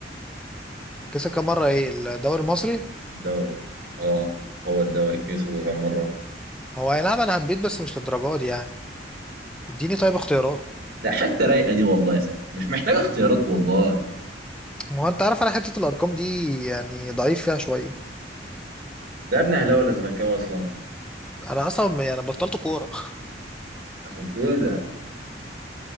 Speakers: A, in the centre; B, on the right.
A: كسب كام مرة ايه الدوري المصري
B: الدوري اه هو الدوري كسبه كم مرة
A: هو اي نعم انا هبيت بس مش للدرجة دي يعني اديني طيب اختيارات
B: لا حتى رايقة دي والله سهلة مش محتاجة اختيارات والله انت
A: ما هو انت عارف انا حته الارقام دي يعني ضعيف فيها شويه
B: يا ابن اهلاوي ولا زملكاوي اصلا
A: انا اصلا ما- يعني بطلت كوره <laughs>
B: عشان كده